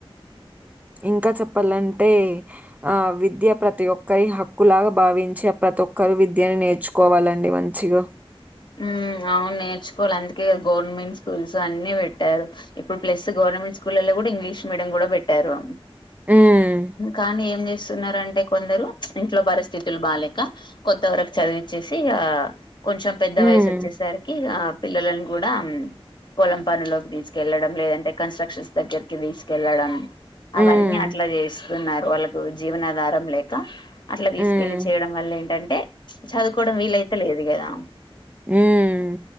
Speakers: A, on the right; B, on the left.
A: ఇంకా చెప్పాలంటే ఆ విద్య ప్రతి ఒక్కరి హక్కులాగా భావించే ప్ర ప్రతి ఒక్కరు విద్యని నేర్చుకోవాలండి మంచిగా
B: మ్మ్ అవును నేర్చుకోవాలి అందుకేగా గవర్నమెంట్ స్కూల్స్ అన్ని పెట్టారు ఇప్పుడు ప్లస్ గవర్నమెంట్ స్కూల్లో కూడా ఇంగ్లీష్ మీడియం కూడా పెట్టారు
A: హ్మ్.
B: కానీ ఏం చే స్తున్నారు అంటే కొందరు ఇంట్లో పరిస్థితులు బాలేకా కొంత వరకు చదివిచేసి ఇగ కుంచం పెద్ద
A: హ్మ్.
B: వయసు వచ్చేసరికి పిల్లలను కూడా పొలం పనులోకి తీసుకెళ్లడం లేదంటే కన్స్ట్రక్షన్స్ దగ్గరికి తీసుకెళ్లడం
A: హ్మ్.
B: అవన్నీ అట్లా చేస్తున్నారు వాళ్ళకు జీవనాధారం లేక అట్లా తీసుకెళ్లి
A: హ్మ్.
B: చేయడం వల్ల ఏంటన్ చదువుకోడం వీలయిత లేదు కదా
A: మ్మ్